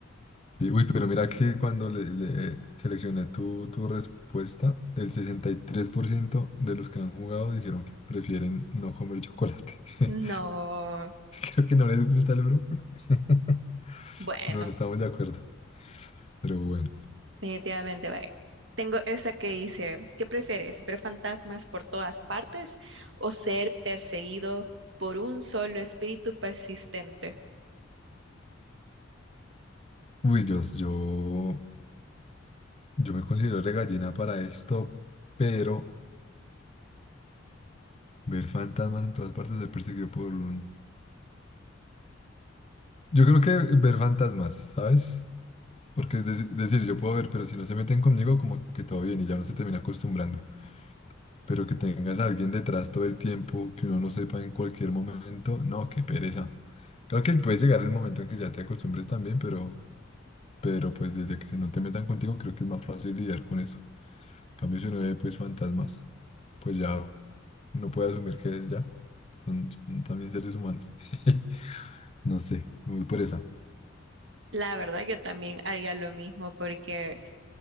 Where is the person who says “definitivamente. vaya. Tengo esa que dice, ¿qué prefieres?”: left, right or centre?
Right